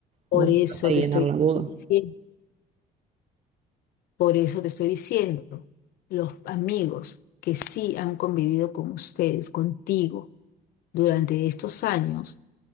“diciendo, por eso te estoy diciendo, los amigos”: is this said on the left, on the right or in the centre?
Left